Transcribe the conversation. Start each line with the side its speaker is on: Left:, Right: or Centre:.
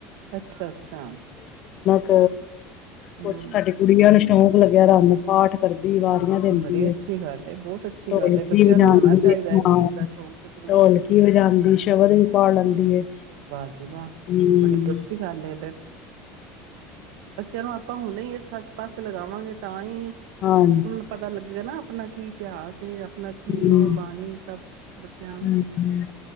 Right: ਅੱਛਾ-ਅੱਛਾ!
Left: ਹੰ
Right: ਹੂੰ,
Left: ਕੁਛ ਸਾਡੀ ਗੁੜੀਆ ਨੂੰ ਸ਼ੌਕ ਲੱਗਿਦਾ ਹੂਣ ਪਾਠ ਕਰਦੀ ਵਾਰੀਆਂ ਦਿੰਦੀ,
Right: ਬੜੀ ਅੱਛੀ ਗੱਲ ਏ, ਬਹੁਤ ਅੱਛੀ
Left: ਢੋਲਕੀ
Right: ਗੱਲ ਏ, ਬੱਚਿਆਂ
Left: ਵਜਦੀ
Right: ਨੂੰ ਹੋਣਾ ਚਾਹੀਦਾ
Left: ਹਾਂ,
Right: ਐ ਚੀਜ਼ ਦਾ ਸ਼ੌਕ ਤੇ ਜ਼ਰੂਰ,
Left: ਢੋਲਕੀ ਵਜਾਦੀ, ਸ਼ਬਦ ਵੀ ਪਾ ਲੈਂਦੀ ਹੈ
Right: ਵਾਹ ਜੀ ਵਾਹ!
Left: ਹਮ
Right: ਬੜੀ ਅੱਛੀ
Left: <inaudible> <unintelligible>
Right: ਗੱਲ ਏ ਤੇ, ਬੱਚਿਆਂ ਨੂੰ ਆਪਾਂ ਹੁਣੇ ਇਸ ਸਬ ਪਾਸੇ ਲਗਾਵਾਂਗੇ ਤਾਂ ਹੀ
Left: ਹਾਂ
Right: ਮੈਨੂੰ ਪਤਾ ਲੱਗੇਗਾ ਨਾ ਆਪਣਾ ਕੀ ਇਤਿਹਾਸ ਏ ਕੀ
Left: ਹੂੰ
Right: ਇਹ ਬਾਣੀ ਸਭ ਬੱਚਿਆਂ ਨੂੰ
Left: ਹੂੰ ਹੂੰ